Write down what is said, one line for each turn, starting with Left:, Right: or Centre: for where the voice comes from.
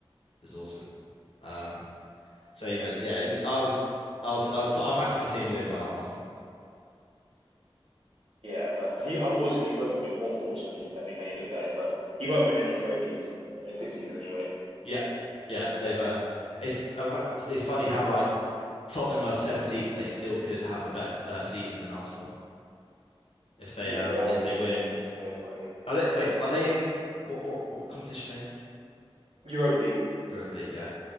Left: It's awesome. Um, so you know, it's yeah, it was I was I was I was quite, I'm happy to see him doing well at Arsenal.
Right: yeah, but he unfortunately he won't. I mean, or fortunately, depending how you look at it, but he won't win any trophies uh, this season anyway.
Left: Yeah, yeah, they've uh, it's uh, it's funny how like Tottenham are 17th, but they still could have a better uh, season than Arsenal if they
Right: Yeah,
Left: um
Right: that
Left: if
Right: would be
Left: they
Right: that
Left: win.
Right: would be so funny.
Left: Are they wait? Are they in what what what competition are they in?
Right: Europa League.
Left: Europa League, yeah.